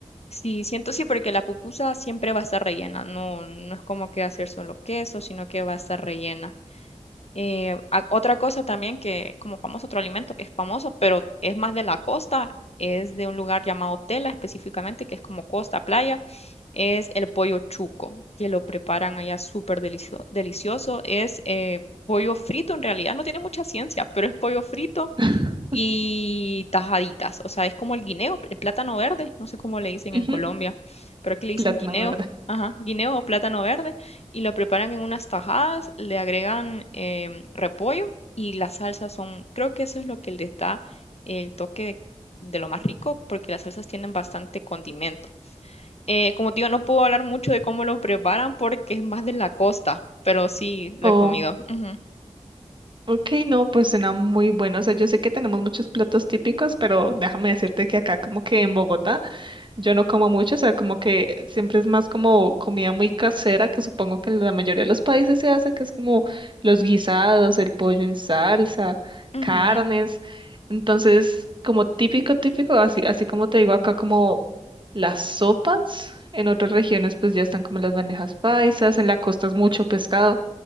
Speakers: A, on the left; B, on the right.
A: Sí, siento sí, porque la pupusa siempre va a estar rellena, no, no es como que va a ser solo queso, sino que va a estar rellena. Eh, a- otra cosa también que como famoso, otro alimento que es famoso, pero es más de la costa, es de un lugar llamado Tela específicamente, que es como costa, playa, es el pollo chuco, que lo preparan allá súper delicio- delicioso. Es eh, pollo frito en realidad, no tiene mucha ciencia, pero es pollo frito
B: <laughs>
A: y tajaditas. O sea, es como el guineo, el plátano verde. No sé cómo le dicen en
B: Ujú,
A: Colombia, pero aquí le dicen
B: Plátano
A: guineo.
B: verde.
A: Ajá, guineo o plátano verde. Y lo preparan en unas tajadas, le agregan em, repollo y las salsas son, creo que eso es lo que le da el toque de, de lo más rico, porque las salsas tienen bastante condimento. Eh, como te digo, no puedo hablar mucho de cómo lo preparan porque es más de la costa, pero sí lo
B: Oh,
A: he comido. Ujú,
B: ok, no, pues suena muy bueno. O sea, yo sé que tenemos muchos platos típicos, pero déjame decirte que acá como que en Bogotá Yo no como mucho, o sea, como que siempre es más como comida muy casera, que supongo que en la mayoría de los países se hace, que es como los guisados, el pollo en salsa,
A: ujú.
B: carnes. Entonces, como típico, típico, así, así como te digo acá, como las sopas. En otras regiones, pues ya están como las bandejas paisas, en la costa es mucho pescado,